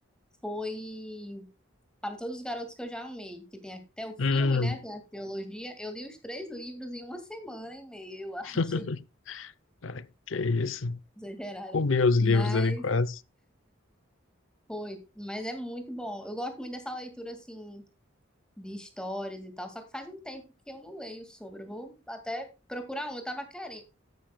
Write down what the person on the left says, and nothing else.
uhum.
<laughs> Cara, que isso?
Comeu os
livros ali quase.